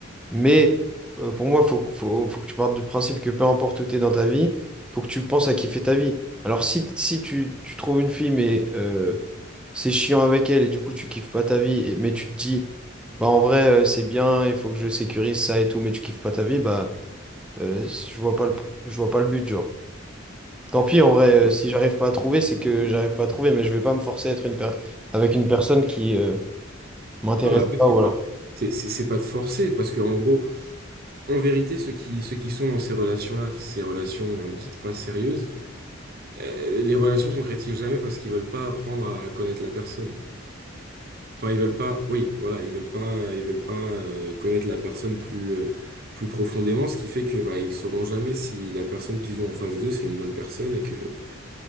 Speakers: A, in the centre; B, on the right.
A: mais euh, pour moi, faut, que- faut, faut que tu partes du principe que peu importe où tu es dans ta vie, faut que tu penses à kiffer ta vie. Alors, si, si tu, tu trouves une fille, mais euh, c'est chiant avec elle et du coup, tu kiffes pas ta vie, et- mais tu te dis, bah en vrai, euh, c'est bien, il faut que je sécurise ça et tout, mais tu kiffes pas ta vie, bah, euh, je vois pas le, je vois pas le but, genre. Tant pis, en vrai, euh, si j'arrive pas à trouver, c'est que j'arrive pas à trouver, mais je vais pas me forcer à être une per- avec une personne qui euh, m'intéresse
B: Non, mais après,
A: pas
B: c'est
A: ou
B: pas,
A: alors.
B: c'est c'est- c'est pas de forcer, parce que en gros, en vérité, ceux qui, ceux qui sont dans ces relations-là, ces relations euh, dites pas sérieuses, euh, les relations concrétisent jamais parce qu'ils veulent pas apprendre à connaître la personne. Enfin, ils veulent pas, oui, voilà, ils veulent pas, ils veulent pas euh, connaître la personne plus, euh, plus profondément, ce qui fait que bah ils sauront jamais si la personne qu'ils ont en face d'eux, c'est une bonne personne et que,